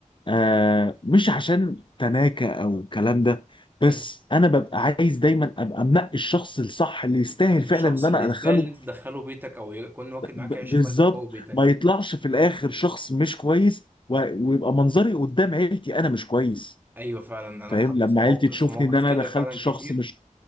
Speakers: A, on the left; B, on the right.
A: آه مش عشان تناكة او الكلام ده
B: مم.
A: بس انا ببقى عايز دايما ابقى منقي الشخص الصح اللي يستاهل
B: الشخص
A: فعلا ان انا
B: اللي يستاهل
A: ادخله
B: ان انت تدخله بيتك او يكون واكل
A: ب-
B: معاك
A: ب-
B: عيش
A: بالظبط
B: ملح جوه بيتك
A: ما يطلعش في الاخر شخص مش كويس و- ويبقى منظري قدام عيلتي انا مش كويس
B: ايوه فعلا انا
A: فاهم
B: اتحطيت
A: لما
B: في موقف
A: عيلتي تشوفني
B: في موقف
A: ان انا
B: كده
A: دخلت
B: فعلا
A: شخص
B: كتير
A: مش